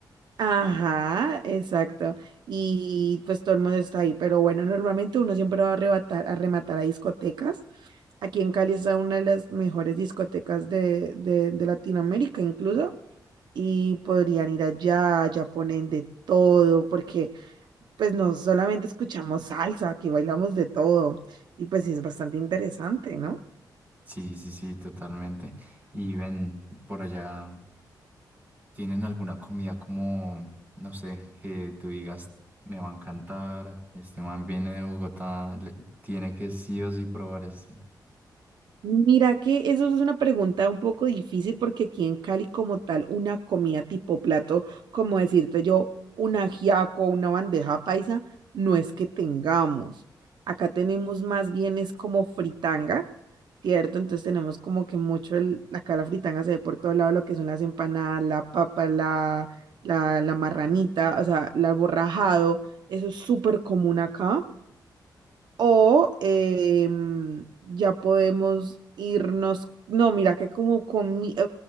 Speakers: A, on the right (about 75°); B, on the right (about 20°).
A: Ajá, exacto. Y pues todo el mundo está ahí. Pero bueno, normalmente uno siempre va a arrebatar, a rematar a discotecas. Aquí en Cali está una de las mejores discotecas de, de de Latinoamérica, incluso. y podrían ir allá, allá ponen de todo, porque pues no solamente escuchamos salsa, aquí bailamos de todo y pues sí es bastante interesante, ¿no?
B: Sí, sí, sí, totalmente. Y ven, por allá, ¿tienen alguna comida como, no sé, que tú digas, me va a encantar, este man viene de Bogotá, le- tiene que sí o sí probar esto?
A: Mira que eso es una pregunta un poco difícil porque aquí en Cali como tal una comida tipo plato, como decirte yo, un ajiaco, una bandeja paisa, no es que tengamos. Acá tenemos más bien es como fritanga, ¿cierto? Entonces tenemos como que mucho el, acá la fritanga se ve por todo lado, lo que son las empanadas, la papa, la, la, la marranita, o sea, el borrajado, eso es súper común acá. O em, ya podemos irnos, no, mira que como comida,